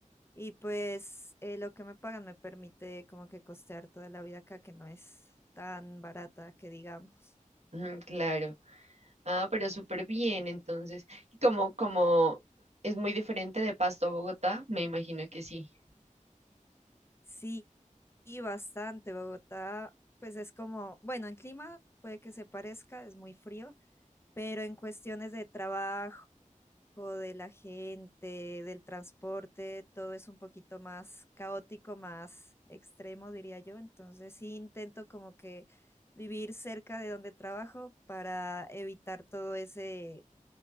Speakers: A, on the left; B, on the right.
A: y pues eh, lo que me pagan me permite como que costear toda la vida acá, que no es tan barata que digamos.
B: Mm, claro. Ah, pero súper bien, entonces, y como, como es muy diferente de Pasto a Bogotá, me imagino que sí.
A: Sí, y bastante. Bogotá, pues es como, bueno, en clima puede que se parezca, es muy frío, pero en cuestiones de trabajo, de la gente, del transporte, todo es un poquito más caótico, más extremo, diría yo. Entonces sí intento como que vivir cerca de donde trabajo para evitar todo ese,